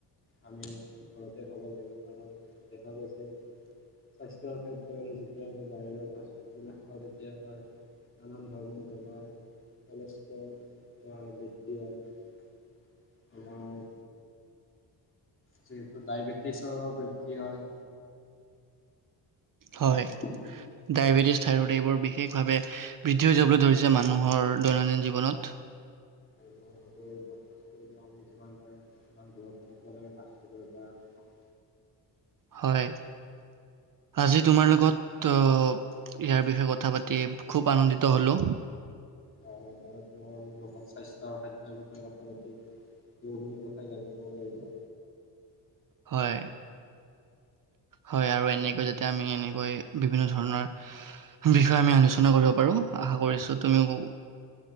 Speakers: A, on the left (about 30°); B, on the right (about 50°).
A: আমি ঘৰতে খাব লাগিব। কাৰণ দেখা গৈছে, স্বাস্থ্যৰ খাদ্যয় আৰু যেতিয়া আমি বাহিৰৰ ফাষ্টফুডবিলাক খাওঁ, তেতিয়া আমাৰ নানান ধৰণৰ বেমাৰ কলেষ্ট্ৰল আমাৰ বৃদ্ধি হয়। আমাৰ দাই ব <inaudible> প্ৰতিচৰ বৃদ্ধি হয়।
B: হয়,
A: মই ভাবোঁ
B: ডায়েবেটিছ
A: আমি
B: থাইৰড এইবোৰ বিশেষ। বিশেষভাৱে বৃদ্ধি হৈ যাবলৈ ধৰিছে মানুহৰ দৈনন্দিন জীৱনত।
A: আৰু সতবিলাক স আমি যিমান পাৰে ইমান দূৰত থাকিব লাগে ফাৰ্ষ্ট-ফাফুডৰ পৰা।
B: হয়। আজি তোমাৰ লগত ইয়াৰ বিষয়ে কথা পাতি খুব আনন্দিত হ'লোঁ।
A: তোমাৰ লগত সস্বাস্থ্য আৰু খাদ্যৰ বিষয়ে কথা পাতি বহুখিনি কথাই জানিব পাৰিব।
B: হয়, হয় আৰু এনেকৈ য এতিয়া আমি এনেকৈ বিভিন্ন ধৰণৰ বিষয়ে আমি আলোচনা কৰিব পাৰো আশা কৰিছো, তুমিও